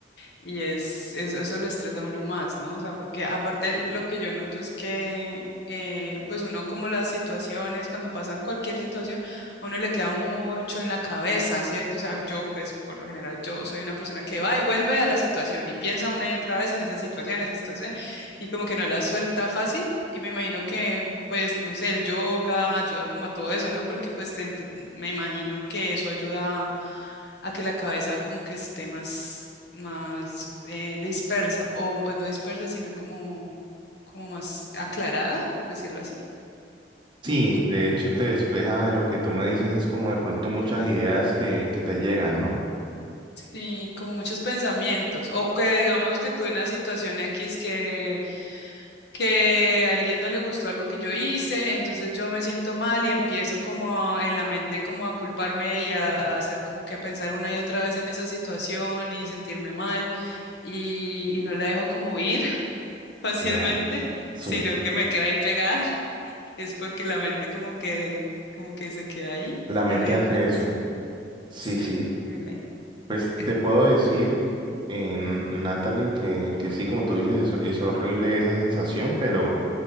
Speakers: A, on the left (about 65°); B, on the right (about 25°).
A: Y es, eso, eso lo estresa a uno más, ¿no? O sea, porque aparte lo que yo noto es que, eh, pues uno como las situaciones, cuando pasan cualquier situación, a uno le queda mucho en la cabeza, ¿cierto? O sea, yo pues por lo general yo soy una persona que va y vuelve a la situación y piensa una y otra vez en esa situación, esa situación, y como que no la suelta fácil. Y me imagino que, pues, no sé, el yoga ayuda como a todo eso, ¿no? Porque pues te ent- me imagino que eso ayuda a que la cabeza como que esté más, más eh, dispersa, o pues no dispersa, sino como, como más aclarada, por decirlo así.
B: Sí,
A: No
B: de hecho te despeja de lo que tú me dices, es como de pronto muchas ideas que, que te llegan, ¿no?
A: Sí, como muchos pensamientos, o que digamos que tuve una situación X que, que a alguien no le gustó algo que yo hice, entonces yo me siento mal y empiezo como en la mente como a culparme y a, a hacer como que a pensar una y otra vez en esa situación y sentirme mal y, y no la dejo como ir fácilmente,
B: Claro. Sí,
A: sino que me queda ahí pegada. <laughs> Es porque la mente como que, como que se queda ahí
B: la mente
A: una y
B: hace
A: otra
B: eso.
A: vez.
B: Sí,
A: Sí,
B: sí,
A: es horrible.
B: Pues
A: Es-
B: te puedo decir, en Natalie, que, que sí, como tú dices, es, es horrible esa sensación, pero